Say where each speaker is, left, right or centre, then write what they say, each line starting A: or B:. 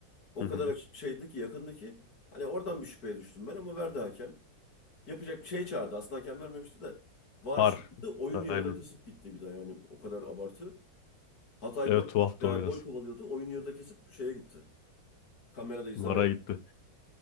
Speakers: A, on the left; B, on the left.
A: O
B: Hı
A: kadar
B: hı.
A: açık şeydi ki yakındı ki. Hani oradan bir şüpheye düştüm ben ama verdi hakem. Yapacak bir şey çağırdı. Aslında hakem vermemişti de. VAR
B: Var.
A: çıktı. Oyunu
B: Aynen.
A: yarıda kesip gitti bir daha yani o kadar abartı. Hatay
B: Evet
A: gol,
B: tuhaftı
A: e,
B: o biraz.
A: gol kovalıyordu. Oyun yarıda kesip şeye gitti. Kamerada izlemeye.
B: Vara gitti.